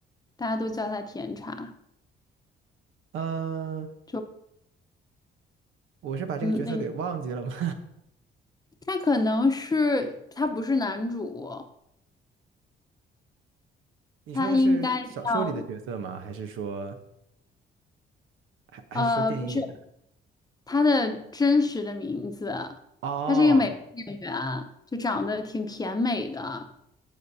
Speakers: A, on the left (about 20°); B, on the right (about 85°).
A: 大家都叫他甜茶。
B: 呃，
A: 就
B: 我是把这个角色给忘记了吗？
A: 嗯，那他可能是他不是男主，
B: <laughs> 你说的是小说里的角色吗？
A: 他应该叫
B: 还是说还还是说电影里的？
A: 呃，不是。他的真实的名字，
B: 哦
A: 他是一个美国演员，就长得挺甜美的，